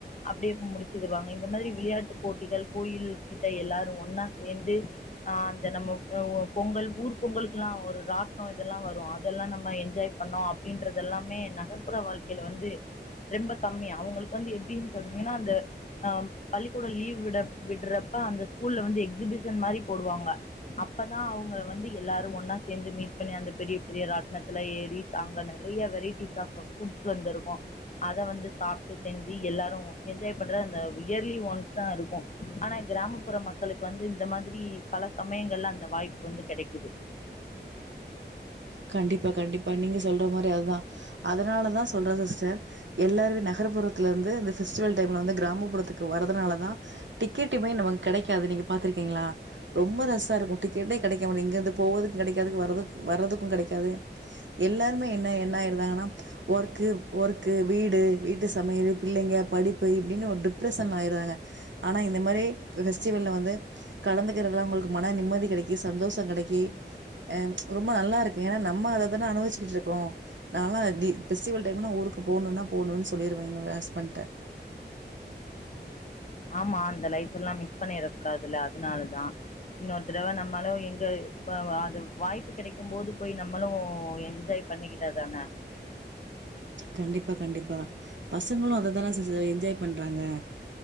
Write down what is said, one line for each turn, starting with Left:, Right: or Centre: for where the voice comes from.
Left: அப்டியேப்ப முடிச்சிக்குவாங்க இந்த மாரி விளையாட்டு போட்டிகள் கோயில் கிட்ட எல்லாரு ஒன்னா சேந்து ஆ அந்த நம்ம ஆ பொங்கல் ஊர் பொங்கலுக்கெல்லா ஒரு ராட்னோ இதெல்லா வரு அதெல்லா நம்ம என்ஜாய் பண்ணோ அப்டின்றது எல்லாமே நகர்ப்புற வாழ்க்கையில வந்து ரொம்ப கம்மி அவுங்களுக்கு வந்து எப்டின்னு சொன்னிங்கன்னா அந்த ஆ பள்ளிக்கூடோ லீவ் விட விடுறப்ப அந்த ஸ்கூல்ல வந்து எக்ஸிமிஷன் மாரி போடுவாங்க அப்பதா அவுங்க வந்து எல்லாரு ஒன்னா சேந்து மீட் பண்ணி அந்த பெரிய பெரிய ராட்னத்துல ஏறி சாங்கன நறைய வெரைட்டிஸ் ஆஃப் புட்ஸ் வந்து இருக்கு அத வந்து சாப்ட்டு செஞ்சி எல்லாரு என்ஜாய் பண்றது அந்த இயர்லி ஒன்ஸ் தா இருக்கு ஆனா கிராமப்புற மக்களுக்கு வந்து இந்த மாதிரி பல சமயங்கள்ல அந்த வாய்ப்பு வந்து கெடைக்குது
Right: கண்டிப்பா கண்டிப்பா நீங்க சொல்ற மாரி அதுதான அதனாலதா சொல்ற சிஸ்டர் எல்லாருமே நகர்புறத்துலருந்து இந்த ஃபெஸ்டிவல் டைம்ல வந்து கிராமப்புறத்துக்கு வர்றதுனால தா டிக்கெட்டுமே நமக்கு கெடைக்காது நீங்க பாத்துருக்கீங்களா ரொம்ப ரஸ்ஸா இருக்கு டிக்கெட்டே கெடைக்காம இங்கேருந்து போவதுக்கோ கெடைக்காது வரது வரதுக்கு கெடைக்காது எல்லாருமே என்ன என்ன ஆயிருதாங்கன்னா ஒர்க்கு ஒர்க்கு வீடு வீட்டு சமையலு பிள்ளைங்க படிப்பு இப்டின்னு ஒரு டிப்ரஷன்ல ஆயிர்றாங்க ஆனா இந்த மாரி ஃபெஸ்டிவல்ல வந்து கலந்துக்கிறதுல அவுங்களுக்கு மன நிம்மதி கெடைக்கி சந்தோஷோ கெடைக்கி ஆ ரொம்ப நல்லா இருக் ஏன்னா நம்ம அத தான அனுபவிச்சிட்டு இருக்கோ நா லா அப்டி ஃபெஸ்டிவல் டைம் நா ஊருக்கு போணுன்னா போணுன்னு சொல்லிருவ எங்க ஹஸ்பண்டட்ட
Left: ஆமா அந்த லைஃப் எல்லா மிஸ் பண்ணிடக் கூடாதுல்ல அதனாலதா இன்னொரு தரவ நம்மளோ எங்க இப்ப அது வாய்ப்பு கெடைக்கும் போது போய் நம்மளு என்ஜாய் பண்ணிக்கிட்டா தான
Right: கண்டிப்பா கண்டிப்பா பசங்களு அத தான சிஸ் என்ஜாய் பண்றாங்க